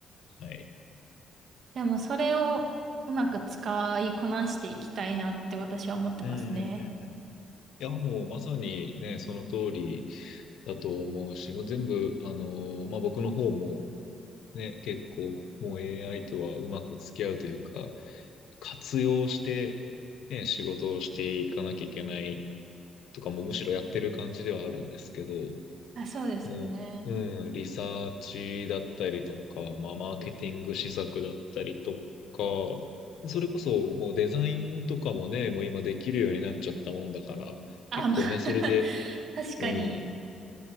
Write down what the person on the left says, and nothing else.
はい。
うんうんうんうん。いや、もうまさにね、その通りだと思うし、もう全部、あのーまあ、僕の方もね、結構もう AI とはうまく付き合うというか、活用して、ね、仕事をしていかなきゃいけないとかもむしろやってる感じではあるんですけど、
もう、うん、リサーチだったりとか、まあ、マーケティング施策だったりとか、それこそもうデザインとかもね、もう今できるようになっちゃったもんだから、
結構ね、
それで、
うん、